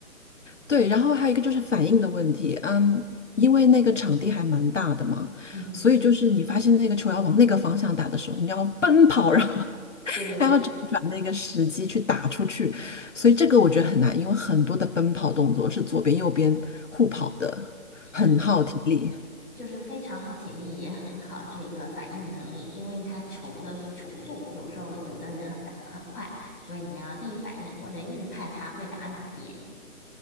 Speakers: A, on the left (about 55°); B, in the centre.
A: 对，然后还有一个就是反应的问题，嗯，因为那个场地还蛮大的嘛，
B: 嗯，
A: 所以就是你发现那个球要往那个方向打的时候，你要奔跑，然后
B: 对对对，
A: 还要找准那个时机去打出去，所以这个我觉得很难，因为很多的奔跑动作是左边右边互跑的，
B: 是，
A: 很耗体力。
B: 就是非常耗体力，也很考这个反应能力，因为它球的球速有时候有的人打得很快，所以你要第一反应或者预判他会打哪边。